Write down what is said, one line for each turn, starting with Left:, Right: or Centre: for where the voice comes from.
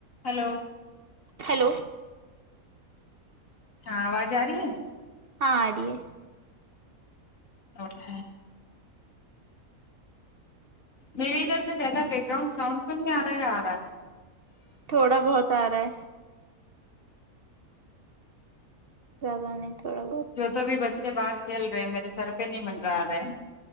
Left: hello
Right: hello
Left: ہاں آواز آ رہی ہے
Right: ہاں ا رہ ہے
Left: اوکے میری ادھر سے زیادہ بیک گراؤنڈ ساؤنڈ تو نہیں آ رہا یا آ رہا ہے
Right: تھوڑا بہت آ رہا ہے زیادہ نہیں تھوڑات
Left: جو تو بھی بچے باہر کھیل رہے ہیں میرے سر پہ نہیں منرا رہے